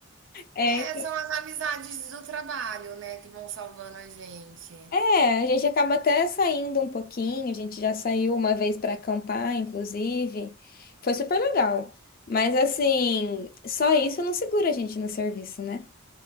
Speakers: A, on the left; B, on the right.
A: É,
B: É, são as amizades do trabalho, né, que vão salvando a gente.
A: É, a gente acaba até saindo um pouquinho, a gente já saiu uma vez para acampar, inclusive. Foi super legal. Mas assim, só isso não segura a gente no serviço, né?